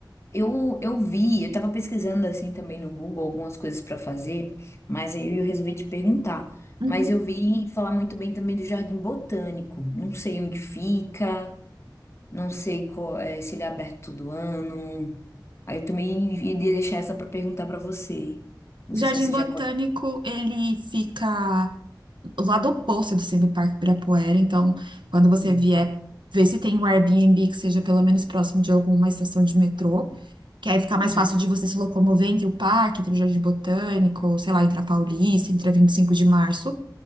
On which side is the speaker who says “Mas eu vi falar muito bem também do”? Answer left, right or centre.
Left